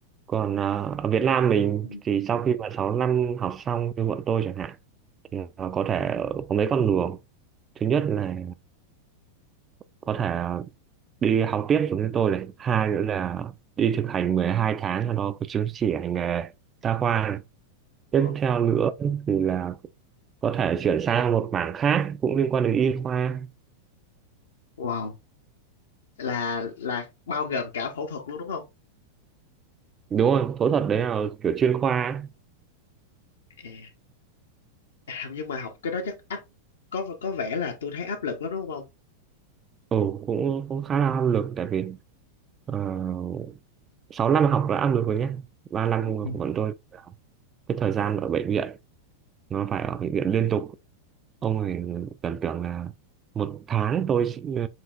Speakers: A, on the right; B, on the left.
A: còn à, ở Việt Nam mình
B: Ừ.
A: thì sau khi mà 6 năm học xong như bọn tôi chẳng hạn thì à, có thể có mấy con đường thứ nhất là có thể đi học tiếp giống như tôi này hai nữa là đi thực hành 12 tháng cho nó có chứng chỉ hành nghề đa khoa này. tiếp
B: Wow.
A: theo nữa thì là có thể chuyển sang một mảng khác cũng liên quan đến y khoa
B: Wow. Là là bao gồm cả phẫu thuật luôn đúng không?
A: đúng rồi phẫu thuật đấy là kiểu chuyên khoa ấy.
B: À, à, <laughs> nhưng mà học cái đó chắc áp có có vẻ là tôi thấy áp lực lắm đúng không? ông?
A: ừ, cũng cũng khá là áp lực tại vì uh, 6 năm học là áp lực rồi nhé 3 năm
B: Ừ.
A: của bọn tôi cái thời gian ở bệnh viện nó phải ở bệnh viện liên tục ông ấy tưởng tượng là một tháng tôi chỉ- ờ,